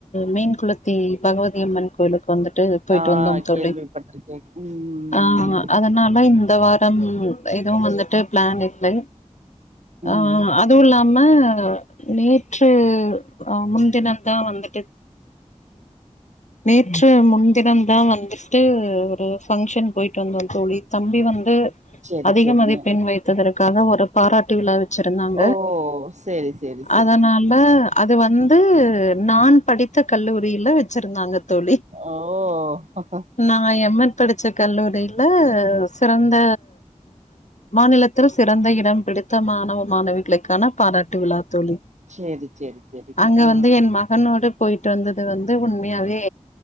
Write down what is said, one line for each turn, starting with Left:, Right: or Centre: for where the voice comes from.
Left: மீன் குளத்தி பகவதியம்மன் கோயிலுக்கு வந்துட்டு போயிட்டு
Right: ஆ
Left: வந்தோ தோழி
Right: கேள்விப்பட்டிருக்கேன் ம்
Left: ஆ அதனால இந்த வா ம் எதுவோ வந்துட்டு பிளான் இல்லை
Right: ம்
Left: ஆ அதுவு இல்லாமா மா நேற்று ஆ முன்தினம் தா வந்துட்டு நேற்று முன்தினம் தா வந்துட்டு ஒரு ஃபங்க்ஷன் போயிட்டு வந்தோம் தோழி தம்பி வந்து
Right: சேரி
Left: அதிக
Right: சேரிங்க
Left: மதிப்பெண் வைத்ததற்க க்காக ஒரு பாராட்டு விழா வச்சிருந்தாங்க
Right: ஓ சேரி சேரி சேரிங்க
Left: அதனால அது வந்து நான் படித்த கல்லூரியில வச்சிருந்தாக தோழி
Right: ஓ ஆ
Left: நா எம் எட் படிச்ச கல்லூரியில சிறந்த... மாநிலத்தில சிறந்த இடம் பிடித்த மாணவ மாணவிகளுக்கான பாராட்டு விழா தோழி
Right: சேரி சேரி சேரிங்க
Left: அங்க
Right: ஆ
Left: வந்து என் மகனோடு போயிட்டு வந்தது வந்து உன் உண்மையாவே